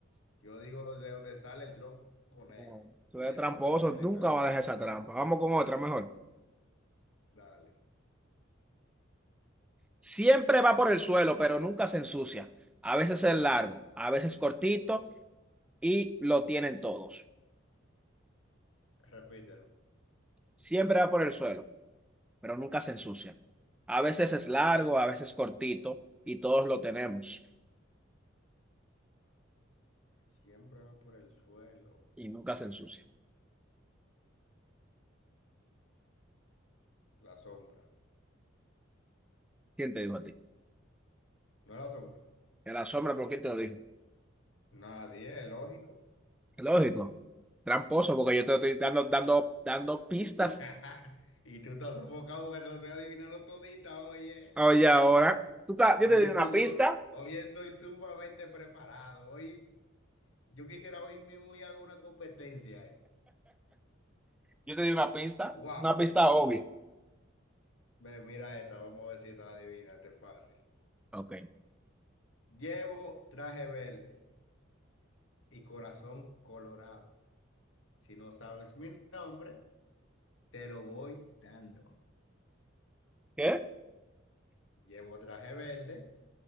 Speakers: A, on the left (about 75°); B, in the centre.
A: yo digo de dónde sale el tronco negro
B: No, tú
A: y
B: eres
A: después
B: tramposo,
A: se convierte
B: nunca
A: en carbón.
B: va a dejar esa trampa. Vamos con
A: Son-
B: otra mejor.
A: Dale,
B: Siempre va por el suelo, pero nunca se ensucia. A veces es largo, a veces cortito y lo tienen todos.
A: repítelo.
B: Siempre va por el suelo, pero nunca se ensucia. A veces es largo, a veces cortito y todos lo tenemos
A: Siempre va por el suelo.
B: y nunca se ensucia.
A: La sombra.
B: ¿Quién te dijo a ti?
A: No es la sombra.
B: En la sombra, pero ¿quién te lo dijo?
A: Nadie, es lógico.
B: Lógico, tramposo, porque yo te estoy dando, dando, dando pistas.
A: <laughs> Y tú estás sofocado porque te lo estoy adivinando todita, oye.
B: Oye,
A: <laughs>
B: ahora, tú estás- yo
A: Hoy
B: te
A: vi
B: di una
A: que
B: pista,
A: yo, hoy estoy sumamente preparado. Hoy, yo quisiera hoy mismo ir a una competencia. eh.
B: yo te di una pista,
A: Wow.
B: una pista obvia.
A: Ve, mira esta, vamos a ver si esta la adivina, esta es fácil.
B: Ok.
A: Llevo traje verde y corazón colorado. Si no sabes mi nombre, te lo voy dando.
B: ¿Qué?
A: Llevo traje verde